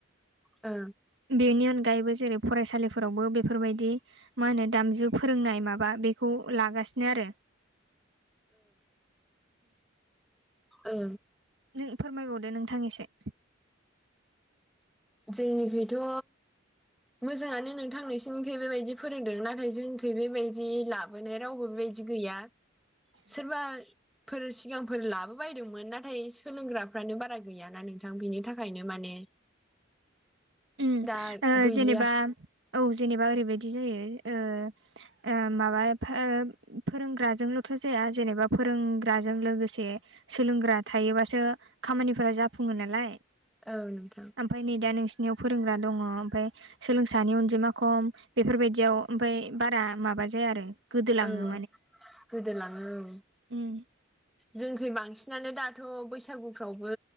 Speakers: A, in the centre; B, on the right.
A: ओ।
B: बेनि अनगायैबो जेरै फरायसालिफोरावबो बेफोरबायदि मा होनो दामजु फोरोंनाय माबा बेखौ लागासिनो आरो
A: ओ।
B: नों फोरमायबावदो नोंथां एसे
A: जोंनिखिथ' मोजाङानो नोंथांनसिमखौ बेबायदि फोरोंदों नाथाय जोंखौ बेबायदि लाबोनाय रावबो बेबायदि बिदि गैया सोरबा फोर सिगांफोर लाबो बायदोंमोन नाथाय सोलोंग्राफ्रानो बारा गैयाना नोंथां बेनि थाखाय। थाखायनो माने
B: ओम
A: दा गैलिया
B: जेनेबा औ जेनेबा ओरैबायदि जायो माबा एफा फोरोंग्राजोंल'थ' जाया जेनेबा फोरोंग्राजों लोगोसे सोलोंग्रा थायोबासो खामानिफोरा जाफुङो नालाय
A: औ नोंथां।
B: ओमफ्राय नै दा नोंसोरनियाव फोरोंग्रा दङ ओमफ्राय सोलोंसानि अनजिमा खम बेफोरबायदियाव ओमफफ्राय बारा माबा जाया आरो। गोदोलाङो
A: औ गोदोलाङो औ
B: ओम
A: जोंखै बांसिनानो दाथ' बैसागुफ्रावबो